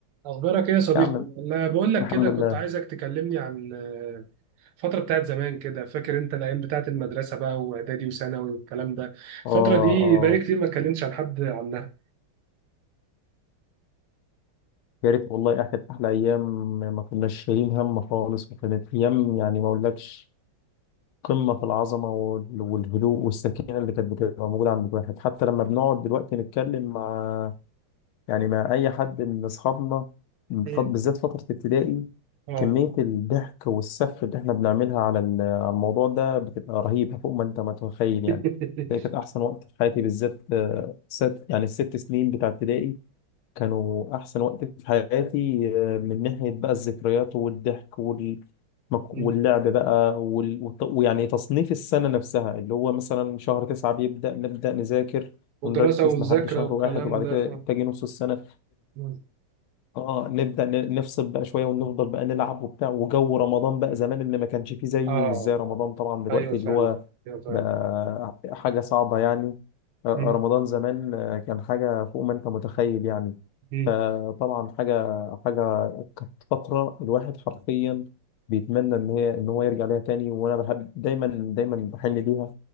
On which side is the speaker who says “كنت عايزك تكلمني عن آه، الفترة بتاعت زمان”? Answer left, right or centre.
Right